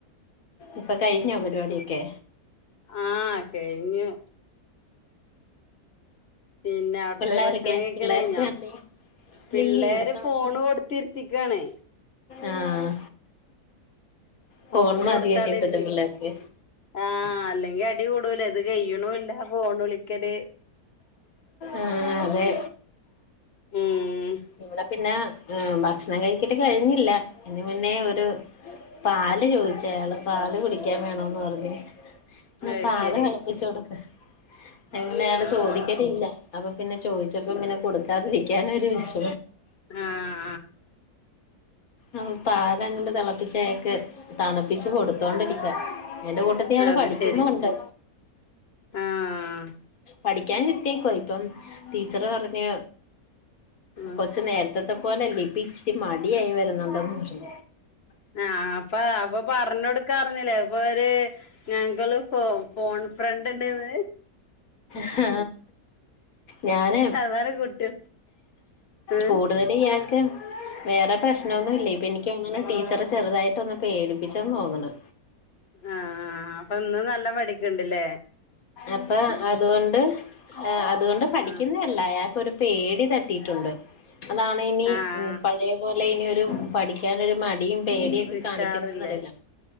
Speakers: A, on the left; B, on the left.
A: ഇപ്പൊ കഴിഞ്ഞോ പരിപാടിയൊക്കെ
B: ഉം ആഹ് കഴിഞ്ഞു പിന്നെ അവിടത്തെ
A: പിള്ളേരൊക്കെ
B: ഭക്ഷണം കഴിക്കല്
A: പിള്ളേരൊക്കെ
B: കഴിഞ്ഞാ
A: എന്തേ ഇല്ലില്ല
B: പിള്ളേര്
A: ഇവിടത്തെ
B: ഫോണ്
A: ഭക്ഷണം
B: കൊടുത്തിരുത്തിക്കാണ്
A: ആഹ് ഫോൺ
B: ഫോണ്
A: മതിയല്ലോ
B: കൊടുത്തവിടെ
A: ഇപ്പൾത്തെ
B: ഇരുത്തി
A: പിള്ളേർക്ക്
B: ആഹ് അല്ലെങ്കിൽ അടി കൂടൂല്ലേ ഇത് കഴിയണൂല്ല ഫോണ് വിളിക്കല്
A: ആഹ് അതെ
B: ഉം
A: ഇവിടെ പിന്നെ ഭക്ഷണം കഴിച്ചിട്ട് കഴിഞ്ഞില്ല അതിന് മുന്നേ ഒരു പാല് ചോദിച്ചയാള് പാല് കുടിക്കാൻ വേണന്ന് പറഞ്ഞു എന്ന
B: അത്
A: പാല്
B: ശരി
A: തെളപ്പിച്ച് കൊടുക്ക് അങ്ങനെ അയാള്
B: ആഹ്
A: ചോദിക്കത്തില്ല അപ്പൊ പിന്നെ ചോദിച്ചപ്പോ പിന്നെ കൊടുക്കാതിരിക്കാനും ഒരു വിഷ
B: ആഹ്
A: അപ്പോ പാലങ്ങട് തിളപ്പിച്ച് അയാൾക്ക് തണുപ്പിച്ച് കൊടുത്തോണ്ടിരിക്ക അതിന്റെ കൂട്ടത്തി അയാള്
B: ആഹ് അത്
A: പഠിക്കുന്നുമുണ്ട്
B: ശരി ആഹ്
A: പഠിക്കാൻ ഇരുത്തിയേക്കുവാ ഇപ്പം ടീച്ചറ് പറഞ്ഞ്.
B: ആഹ്
A: കൊച്ച് നേരത്തത്തെ പോലല്ല ഇപ്പ ഇച്ചിരി മടിയായി വരുന്നുണ്ടോന്നു പറഞ്ഞ്
B: ആഹ് അപ്പ അപ്പൊ പറഞ്ഞ് കൊടുക്ക അപ്പോ പറഞ്ഞില്ലേ ഇപ്പൊ ഒരു ഞങ്ങള് ഇപ്പോ ഫോ ഫോൺ ഫ്രണ്ട് ഉണ്ടെന്ന്
A: ഹാ ഞാന്
B: അതാണ് കുട്ടി ഏഹ്
A: കൂടുതൽ ഇയാക്ക് വേറെ പ്രശ്നൊന്നുലെ ഇപ്പം എനിക്ക് അങ്ങനെ ടീച്ചർ ചോ ചെറുതായിട്ടൊന്ന് പേടിപ്പിച്ചെന്ന് തോന്ന്ണ്
B: ആഹ് ആഹ് ആഹ് അപ്പൊ ഇന്ന് നല്ലപഠിക്ക്ണ്ട്ല്ലേ
A: അപ്പ അതുകൊണ്ട് അതുകൊണ്ട് പഠിക്കുന്ന
B: ആഹ്
A: അല്ല അയാക്കോരു പേടി തട്ടിയിട്ടുണ്ട് അതാണ് ഇനി
B: ആഹ്
A: പ അതേപോലെ ഇനിയൊരു പഠിക്കാനൊരു മടിയും പേടിയൊക്കെ
B: ഉഷാറില്ലേ
A: കാണിക്കുന്നേന്നറിയില്ല